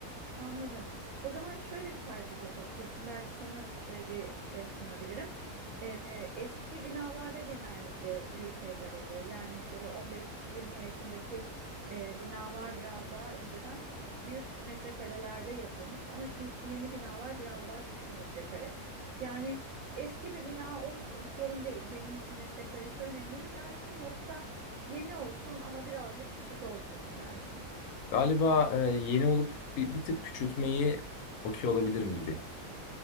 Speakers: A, on the right; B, on the left.
A: Anladım. O zaman şöyle bir tercih yapabilirsin. Belki sana şöyle bir şey sunabilirim. Ee, eski binalarda genellikle büyük evler oluyor. Yani şöyle 15-20 yaşındaki e, binalar biraz daha önceden büyük metrekarelerde yapılmış ama şimdiki yeni binalar biraz daha küçük metrekare. Yani eski bir bina olsun sorun değil. Benim için metrekaresi önemli mi dersin yoksa yeni olsun ama birazcık küçük olsun mu dersin?
B: Galiba e, yeni olup bir, bir tık küçültmeyi okuyor olabilirim gibi.